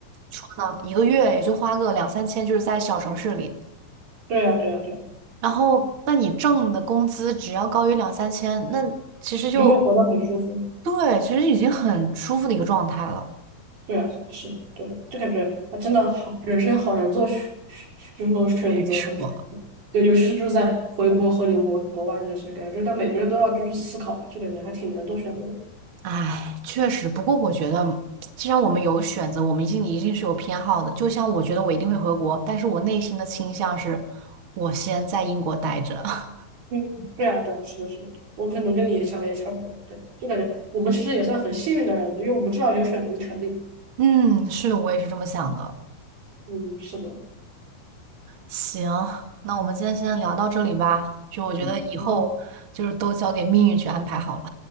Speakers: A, on the right; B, on the right.
A: 说呢，一个月也就花个两三千，就是在小城市里。
B: 对啊对啊，对啊，对啊，
A: 然后那你挣的工资只要高于两三千，那其实就
B: 你就会活得很舒服。
A: 对，其实已经很舒服的一个状态了。
B: 对啊，对啊是的，对的就感觉他真的好，人生好难做选，就是那种选择和，
A: 没错，
B: 对，尤其是就是在回国和留国国外这个事感觉就是但每个人都要就是思考吧，就感觉还挺难做选择的
A: 唉，确实。不过我觉得，既然我们有选择，我们一定一定是有偏好的。就像我觉得我一定会回国，但是我内心的倾向是，我先在英国待着。<laughs>
B: 嗯，对啊，对啊，是的，是的，对，我可能跟你想的也差不多，对，就感觉我们其实也算很幸运的人了，因为我们至少有选择的权利。
A: 嗯，是的，我也是这么想的。
B: 嗯，是的，
A: 行，那我们今天先聊到这里吧。就我觉得以后就是都交给命运去安排好了。
B: 嗯，好，